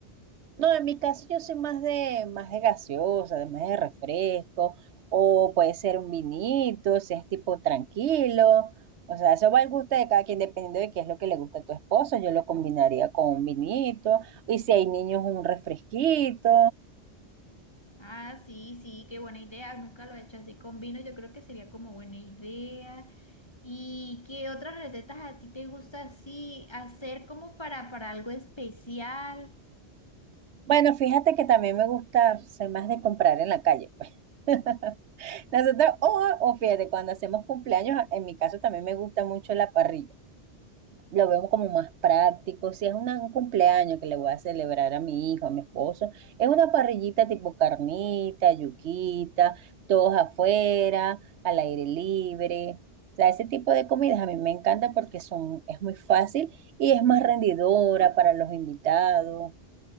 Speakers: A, on the right; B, on the left.
A: No, en mi caso yo soy más de, más de gaseosa, de más de refresco, o puede ser un vinito, si es tipo tranquilo. O sea, eso va al gusto de cada quien, dependiendo de qué es lo que le gusta a tu esposo. Yo lo combinaría con un vinito, y si hay niños, un refresquito.
B: Ah, sí, sí, qué buena idea. Nunca lo he hecho así con vino. Yo creo que sería como buena idea. ¿Y qué otras recetas a ti te gusta así hacer como para, para algo especial?
A: Bueno, fíjate que también me gusta, soy más de comprar en la calle, pues. <laughs> Nosotros, o, o fíjate, cuando hacemos cumpleaños, en mi caso también me gusta mucho la parrilla. lo veo como más práctico. Si es una- un cumpleaños que le voy a celebrar a mi hijo, a mi esposo, es una parrillita tipo carnita, yuquita, todos afuera, al aire libre. O sea, ese tipo de comidas a mí me encanta porque son, es muy fácil y es más rendidora para los invitados.